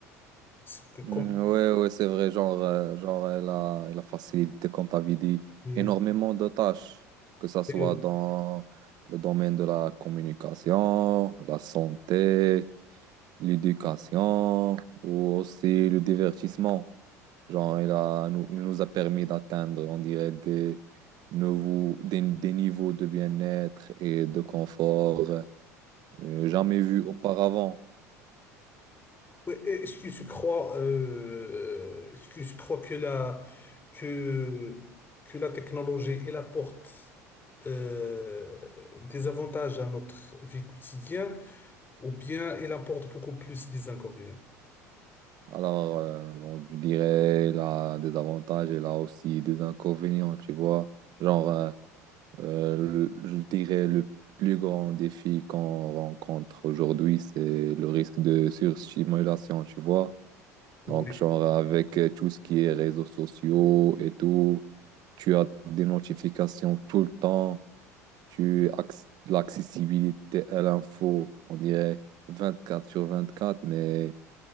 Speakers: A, on the left (about 25°); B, on the right (about 55°).
A: ce que comme
B: Mm, ouais, ouais, c'est vrai, genre, euh, genre, elle a, elle a facilité, comme t'avais dit,
A: et-
B: énormément de tâches, que ça soit
A: et-
B: dans le domaine de la communication, la santé, l'éducation, ou aussi le divertissement. Genre, il a, nous, il nous a permis d'atteindre, on dirait, des, nouveaux, des, des niveaux de bien-être et de confort euh, jamais vus auparavant.
A: Oui, est-ce que je crois, euh, est-ce que je crois que la, que, que la technologie, elle apporte euh, des avantages à notre vie quotidienne ou bien elle apporte beaucoup plus des inconvénients?
B: Alors, euh, on je dirais, il a des avantages, il a aussi des inconvénients, tu vois. Genre, euh, euh, le- je dirais, le plus grand défi qu'on rencontre aujourd'hui, c'est le risque de surstimulation, tu vois.
A: Oui,
B: Donc, genre, avec euh, tout ce qui est réseaux sociaux et tout. Tu as des notifications tout le temps. Tu acc- l'accessibilité à l'info, on dirait vingt-quatre sur vingt-quatre mais